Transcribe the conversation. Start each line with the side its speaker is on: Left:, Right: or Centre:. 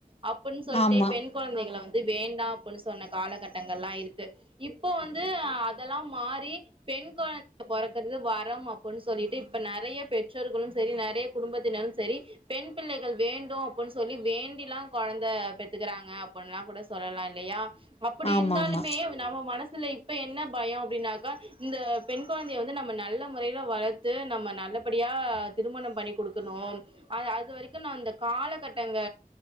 Right: அப்டின்னு சொல்டே
Left: ஆமா
Right: பெண் கொழந்தைகள வந்து அது வேண்டா அப்டின்னு சொன்ன காலகட்டங்கள்லா இருக்கு இப்ப வந்து அதெல்லா மாறி பெ பெண் கொழந்தை பொறக்கறது வரம் அப்டின்னு சொல்லிட்டு இப்ப நெறைய பெற்றோர்களு செரி நெறைய குடும்பத்தினரும் செரி பெண் பிள்ளைகள் வேண்டு அப்டின்னு சொல்லி வேண்டில்லா கொழந்த பெத்துக்கறாங்க <unintelligible> கூட சொல்லலா இல்லையா அப்டி
Left: ஆமா
Right: இருந்தாலுமே
Left: ஆமா
Right: நம்ம மனசு சுல இப்ப என்ன பயோ அப்டின்னாக்கா இந்த பெண் கொழந்தைய வந்து நம்ம நல்ல முறையில வளத்து நம்ம நல் ல்லபடியா திருமணம் பண்ணி குடுக் க்குணு அது வரைக்கு நா இந்தக் காலகட்டங்க